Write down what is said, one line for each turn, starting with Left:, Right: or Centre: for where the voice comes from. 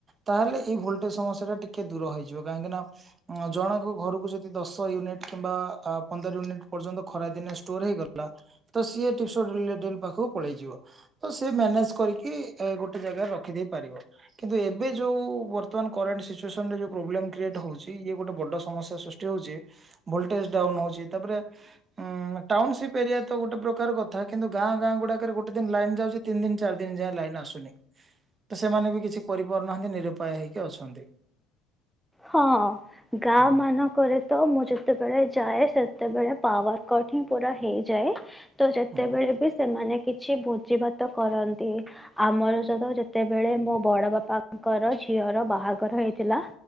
Right: ତାହେଲେ ଏଇ ଭୋଲଟେଜ ସମସ୍ୟା ଟା ଟିକେ ଦୂର ହେଇଯିବ କାହିଁକି ନା ଜଣଙ୍କ ଘରକୁ ଯଦି ଦଶ ୟୁନିଟ କିମ୍ବା ପନ୍ଦର ୟୁନିଟ ପର୍ଯ୍ୟନ୍ତ ଖରା ଦିନେ ଷ୍ଟୋର ହେଇଗଲା ତ ସିଏ ପାଖକୁ ପଳେଇଯିବ ତ ସିଏ ମ୍ୟାନେଜ କରିକି ଗୋଟେ ଜାଗାରେ ରଖିଦେଇ ପାରିବ। କିନ୍ତୁ ଏବେ ଯୋଉ ବର୍ତ୍ତମାନ କରେଣ୍ଟ ସିଚୁଏନରେ ପ୍ରୋବ୍ଲେ୍ରଏଟ ହଉଛି ଇଏ ଗୋଟେ ବ ସମସ୍ୟା ସୃଷ୍ଟି ହଉଛି ଭୋଲଟେଜ ଡାଉନ ହଉଛି ତାପରେ ଉ ଟାଉନସିପ୍ ଏରିଆ ତ ଗୋଟେ ପ୍ରକାର କଥା କିନ୍ତୁ ଗାଁ ଗାଁ ଗୁଡାକରେ ଗୋଟେ ଦିନ ଲାଇନ୍ ଯାଉଛି ତିନି ଦିନ ଚାର ଦିନ ଯାଏ ଲାଇନ ଆସୁନି ତ ସେମାନେ ବି କିଛି କରିପାରୁନାହାନ୍ତି ନିରୁପାୟ ହେଇକି ଅଛନ୍ତି।
Centre: ହଁ ଗାଁ
Right: ହୁଁ
Centre: ମାନଙ୍କରେ ତ ମୁଁ ଯେ ତେବେଳେ ଯାଏ ସେତେବେଳେ ପାୱାର କଟ ହିଁ ପୁରା ହେଇଯାଏ। ତ ଯେତେବେଳେ
Right: ହୁଁ
Centre: ବି ସେମାନେ କିଛି ଭୋଜି ଭାତ କରନ୍ତି, ଆମର ସେ ଯେତେବେଳେ ମୋ ବଡ ବାପାଙ୍କର ଝିଅର ବାହାଘର ହେଇଥିଲା